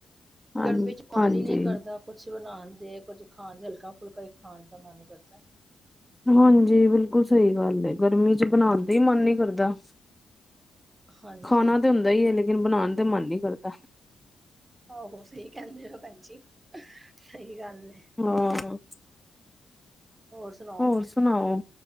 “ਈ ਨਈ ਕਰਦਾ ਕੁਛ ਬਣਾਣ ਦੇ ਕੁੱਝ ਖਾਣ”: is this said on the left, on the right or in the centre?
Right